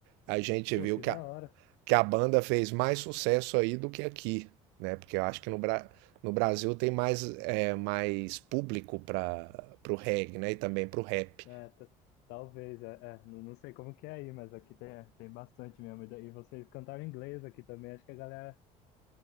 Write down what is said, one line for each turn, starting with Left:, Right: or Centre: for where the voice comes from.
Right: A gente
Left: Pô,
Right: viu
Left: que
Right: que
Left: da
Right: a,
Left: hora.
Right: que a banda fez mais sucesso aí do que aqui, né? Porque eu acho que no, Bra no Brasil tem mais, é, mais público para o reggae, né? E também para o rap.
Left: É, ta- talvez, é, é, não, não sei como que é aí, mas aqui tem, é, tem bastante mesmo. E daí vocês cantaram em inglês aqui também. Acho que a galera